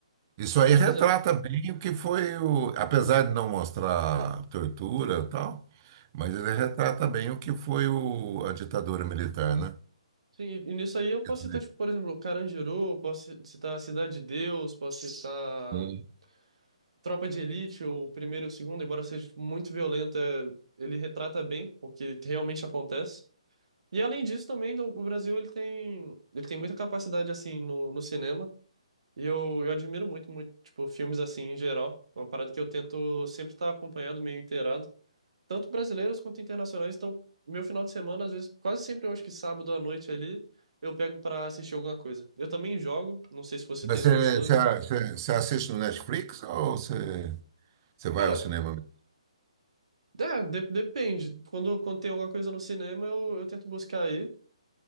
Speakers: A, on the right (about 35°); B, on the right (about 65°).
A: Isso aí
B: Por
A: retrata
B: exemplo.
A: bem o que foi o, apesar de não mostrar tortura e tal, mas ele retrata bem o que foi o, a ditadura militar, né?
B: Sim, e e nisso aí eu posso
A: Quer dizer,
B: citar, tipo, por exemplo, Carandiru, posso ci- citar Cidade de Deus, posso citar
A: Sim.
B: Tropa de Elite, o primeiro e o segundo, embora seja tipo, muito violenta, ele retrata bem o que realmente acontece. E além disso também, o o Brasil ele tem, ele tem muita capacidade assim no, no cinema, e eu, eu admiro muito, muito, tipo, filmes assim em geral, É uma parada que eu tento sempre estar acompanhado, meio inteirado tanto brasileiros quanto internacionais. Então, meu final de semana, às vezes, quase sempre eu acho que sábado à noite ali, eu pego pra assistir alguma coisa. Eu também jogo, não sei se você
A: Mas
B: tem esse
A: você,
B: costume.
A: você, você- você assiste no Netflix ou você, você vai
B: Cara,
A: ao cinema? mesmo?
B: é, de- depende. Quando, quando tem alguma coisa no cinema, eu, eu tento buscar aí.